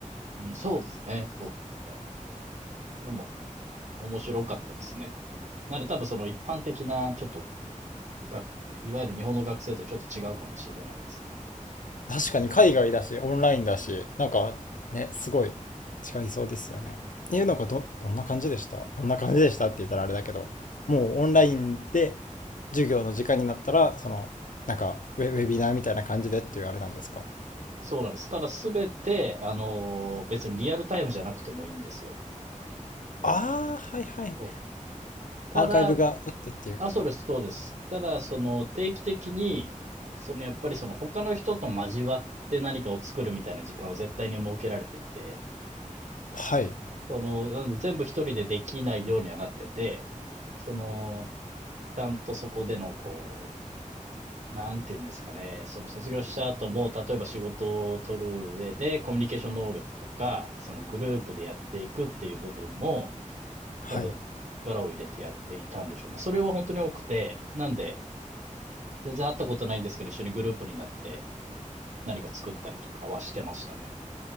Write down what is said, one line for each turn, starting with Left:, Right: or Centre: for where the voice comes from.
Right: うん、そうですね、そうですね。でも、面白かったですね。なので多分その一般的な、ちょっとがいわゆる日本の学生とちょっと違うかもしれないですね。
Left: 確かに海外だし、オンラインだし、なんかね、すごい違いそうですよね。え、なんかど、どんな感じでしたどんな感じでしたって言ったらあれだけど、もうオンラインで授業の時間になったら、その、なんかウェ、ウェビナーみたいな感じでっていうあれなんですか
Right: そうなんです。ただすべて、あの、別にリアルタイムじゃなくてもいいんですよ。
Left: ああー、はいはい。
Right: そう。ただ、
Left: アーカイブがあってっていう。
Right: あ、そうです、そうです。ただ、その、定期的に、その、やっぱりその、他の人と交わって何かを作るみたいな時間を絶対に設けられていて、
Left: はい。
Right: その、なので全部一人でできないようにはなってて、その、ちゃんとそこでの、こう、なんて言うんですかね、その卒業した後も、例えば仕事を取る上で、コミュニケーション能力とか、そのグループでやっていくっていう部分も、
Left: はい。
Right: 多分、力を入れてやっていたんでしょうね。それは本当に多くて、なんで、全然会ったことないんですけど、一緒にグループになって何か作ったりとかはしてましたね。